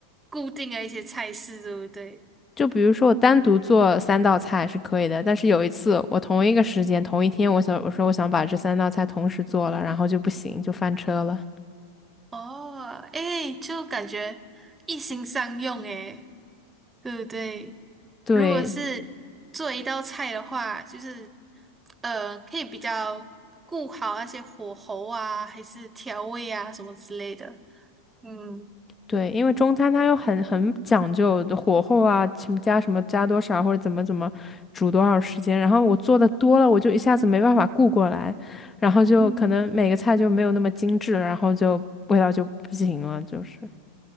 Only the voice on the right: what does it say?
固定的一些菜式，对不对？
哦，诶，就感觉一心上用诶。对不对？
如果是做一道菜的话，就是呃，可以比较顾好那些火候啊，还是调味啊什么之类的。嗯
嗯